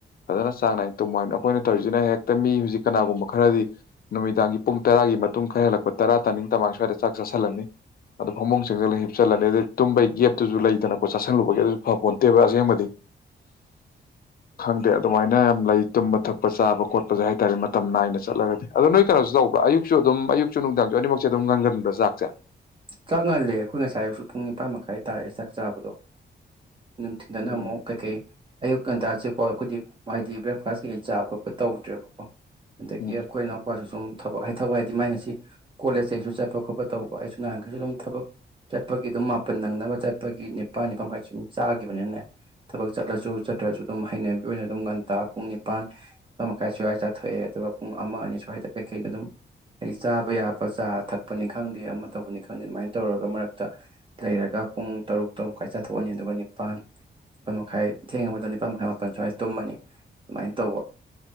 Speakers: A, on the left (about 55°); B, on the right (about 30°).
A: ꯐꯖꯅ ꯆꯥꯡ ꯅꯥꯏ ꯇꯨꯝꯃꯣꯏ ꯍꯥꯏꯕꯅ ꯑꯩꯈꯣꯏꯅ ꯇꯧꯔꯤꯁꯤꯅ ꯍꯦꯛꯇ ꯃꯤ ꯍꯧꯖꯤꯛ ꯀꯅꯥꯒꯨꯝꯕ ꯈꯔꯗꯤ ꯅꯨꯃꯤꯗꯥꯡꯒꯤ ꯄꯨꯡ ꯇꯔꯥꯒꯤ ꯃꯇꯨꯡ ꯈꯔ ꯍꯦꯜꯂꯛꯄ ꯇꯔꯥ ꯇꯥꯅꯤꯡ ꯇꯃꯥꯡ ꯁ꯭ꯋꯥꯏꯗ ꯆꯥꯛ ꯆꯥꯁꯤꯜꯂꯅꯤ ꯑꯗꯨꯗꯣ ꯐꯃꯨꯡ ꯆꯪꯁꯤꯜꯂ ꯍꯤꯞꯆꯜꯂꯅꯤ ꯑꯗꯨ ꯇꯨꯝꯕꯒꯤ ꯒꯦꯞꯇꯨꯁꯨ ꯂꯩꯗꯅꯀꯣ ꯆꯥꯁꯤꯜꯂꯨꯕꯒꯤ ꯑꯗꯨꯁꯨ ꯐꯄꯣꯟꯠꯇꯦꯕ ꯑꯁꯦꯡꯕꯗꯤ ꯈꯪꯗꯦ ꯑꯗꯨꯃꯥꯏꯅ ꯌꯥꯝ ꯂꯩ ꯇꯨꯝꯕ ꯊꯛꯄ ꯆꯥꯕ ꯈꯣꯠꯄꯁꯦ ꯍꯥꯏ ꯇꯔꯦ ꯃꯇꯝ ꯅꯥꯏꯅ ꯆꯠꯂꯒꯗꯤ ꯑꯗꯣ ꯅꯣꯏ ꯀꯩꯅꯣꯁꯨ ꯇꯧꯕ꯭ꯔꯥ ꯑꯌꯨꯛꯁꯨ ꯑꯗꯨꯝ ꯑꯌꯨꯛꯁꯨ ꯅꯨꯡꯗꯥꯡꯁꯨ ꯑꯅꯤꯃꯛꯁꯦ ꯑꯗꯨꯝ ꯉꯪꯒꯟꯕ꯭ꯔꯥ ꯆꯥꯛꯁꯦ
B: ꯆꯥꯛ ꯉꯜꯂꯦ ꯑꯩꯈꯣꯏ ꯉꯁꯥꯏꯨꯁꯨ ꯄꯨꯡ ꯅꯤꯄꯥꯟ ꯃꯈꯥꯏ ꯇꯥꯔꯦ ꯆꯥꯛ ꯆꯥꯕꯗꯣ ꯅꯨꯡꯊꯤꯟꯗꯅ
A: ꯎꯝ
B: ꯑꯃꯨꯛ ꯀꯩꯀꯩ ꯑꯌꯨꯛ ꯉꯟꯇꯥ ꯀꯣ ꯑꯩꯈꯣꯏꯗꯤ ꯍꯥꯏꯗꯤ ꯕ꯭ꯔꯦꯛꯐꯥꯁ ꯀꯩꯀꯩ ꯆꯥꯕ ꯈꯣꯠꯄ ꯇꯧꯗ꯭ꯔꯦꯕꯀꯣ ꯑꯗꯩꯒꯤ
A: ꯎꯝ
B: ꯑꯈꯣꯏ ꯏꯅꯥꯎꯄꯥꯁꯨ ꯁꯨꯝ ꯊꯕꯛ ꯍꯥꯏ ꯊꯕꯛ ꯍꯥꯏꯗꯤ ꯃꯥꯏ ꯑꯁꯤ ꯀꯣꯂꯦꯖꯁꯨ ꯆꯠꯄ ꯈꯣꯠꯄ ꯇꯧꯕ ꯍꯥꯏ ꯅꯍꯥꯟꯈꯩꯁꯨ ꯑꯗꯨꯝ ꯊꯕꯛ ꯆꯠꯄꯒꯤ ꯑꯗꯨꯝ ꯃꯥꯄꯟ ꯅꯪꯅꯕ ꯆꯠꯄꯒꯤ ꯅꯤꯄꯥꯜ ꯅꯤꯄꯥꯥꯟ ꯃꯈꯥꯏ ꯁꯨꯝ ꯆꯥꯈꯤꯕꯅꯤꯅꯅꯦ ꯊꯕꯛ ꯆꯠꯂꯁꯨ ꯆꯠꯇ꯭ꯔꯁꯨ ꯑꯗꯨꯝ ꯍꯩꯅꯕꯤ ꯑꯣꯏꯅ ꯑꯗꯨꯝ ꯉꯒꯟꯇꯥ ꯄꯨꯡ ꯅꯤꯄꯜ ꯅꯤꯄꯥꯥꯟ ꯃꯈꯥꯏ ꯁ꯭ꯋꯥꯏꯗ ꯆꯥꯊꯣꯛꯑꯦ ꯑꯗꯨꯒ ꯄꯨꯡ ꯑꯃ ꯑꯅꯤ ꯁ꯭ꯋꯥꯏꯗ ꯀꯩꯀꯩꯅ ꯑꯗꯨꯝ ꯍꯥꯏꯗꯤ ꯆꯥꯕ ꯌꯥꯕ ꯆꯥ ꯊꯛꯄꯅꯤ ꯈꯪꯗꯦ ꯑꯃ ꯇꯧꯕꯅꯤ ꯈꯪꯅꯤ ꯑꯗꯨꯃꯥꯏꯅ ꯇꯧꯔꯒ ꯃꯔꯛꯇ ꯂꯩꯔꯒ ꯄꯨꯡ ꯇꯔꯨꯛ ꯇꯔꯨꯛ ꯃꯈꯥꯏ ꯆꯥꯊꯣꯛꯑꯅꯤ ꯑꯗꯨꯒ ꯅꯤꯄꯥꯜ ꯅꯤꯄꯥꯜ ꯃꯈꯥꯏ ꯊꯦꯡꯉꯕꯗ ꯅꯤꯄꯥꯜ ꯃꯈꯥꯏ ꯃꯥꯄꯜ ꯁ꯭ꯋꯥꯏꯗ ꯇꯨꯝꯃꯅꯤ ꯑꯗꯨꯃꯥꯏꯅ ꯇꯧꯕ